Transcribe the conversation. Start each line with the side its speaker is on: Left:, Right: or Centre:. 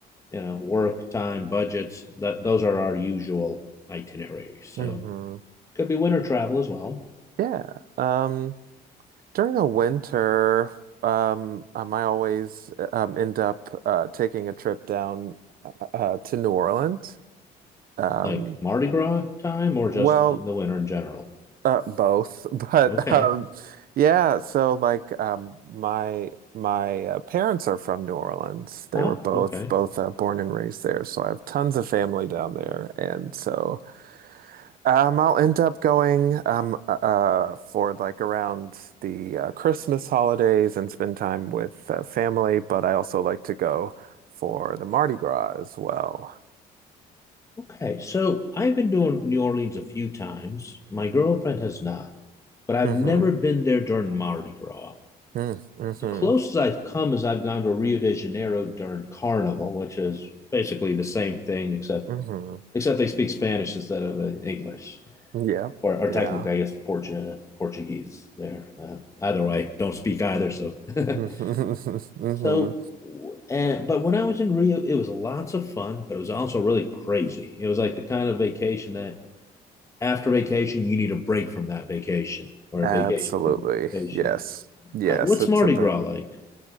Left: you know, work time, budgets, that those are our usual itineraries. So
Right: hmm
Left: it could be winter travel as well,
Right: yeah. Um, during the winter, um, um, I always um end up uh taking a trip down uh to New Orleans. Um,
Left: like Mardi Gras time, or
Right: well.
Left: just the winter in general.
Right: Uh, both, <laughs> but
Left: Okay.
Right: um, yeah. So like, um, my my uh, parents are from New Orleans. They
Left: Ah,
Right: were both
Left: okay.
Right: both uh, born and raised there, so I have tons of family down there, and so um, I'll end up going um uh uh, for like around the uh, Christmas holidays and spend time with uh, family. But I also like to go for the Mardi Gras as well.
Left: Okay, so I've been doing New Orleans a few times. My girlfriend has not. but I've
Right: Mm-hmm.
Left: never been there during Mardi Gras.
Right: Mm-hmm.
Left: The closest I've come is I've gone to Rio de Janeiro during Carnival, which is basically the same thing, except
Right: Mm-hmm.
Left: except they speak Spanish instead of uh, English,
Right: Yeah.
Left: or, or
Right: Yeah.
Left: technically, I guess Portu- Portuguese. There, uh, either way, don't speak either. So, <laughs>
Right: <laughs> Mm-hmm.
Left: so, uh, but when I was in Rio, it was lots of fun, but it was also really crazy. It was like the kind of vacation that after vacation, you need a break from that vacation or a
Right: Absolutely.
Left: vacation from vacation.
Right: Yes. Yes,
Left: How- What's
Right: it's
Left: Mardi
Right: about
Left: Gras like?